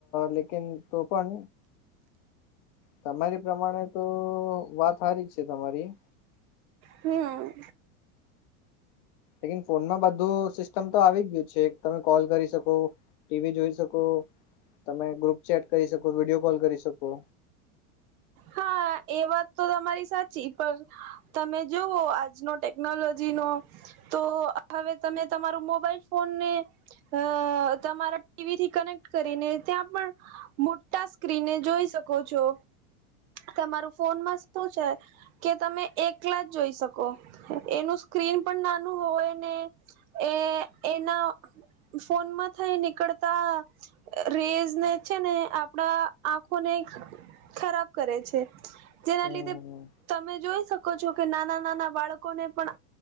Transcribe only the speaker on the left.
લેકિન તો પન તમારી પ્રમાણે તો વાત સારી જ છે તમારી
લેકિન ફોનમાં બધું સિસ્ટમ તો આવી ગયુ છે તમે કોલ કરી શકો ટીવી જોઈ શકો તમે ગ્રુપ ચેટ કરી શકો વિડીયો કોલ કરી શકો
હમ
હમ